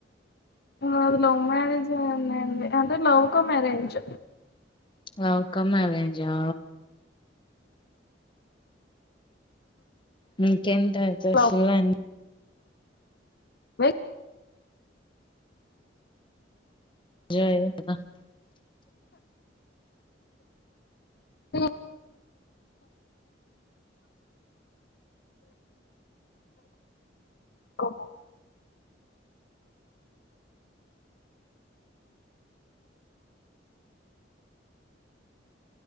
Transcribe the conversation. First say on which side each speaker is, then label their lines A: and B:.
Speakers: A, on the left (about 60°); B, on the left (about 25°).
A: అ లవ్ మ్యారేజే అండి అంటే love come arrange
B: love come అరేంజా మికేంటి అండి
A: లవ్
B: ఫుల్ ఎంజాయ్
A: వే
B: <unintelligible>
A: అఓ కోబ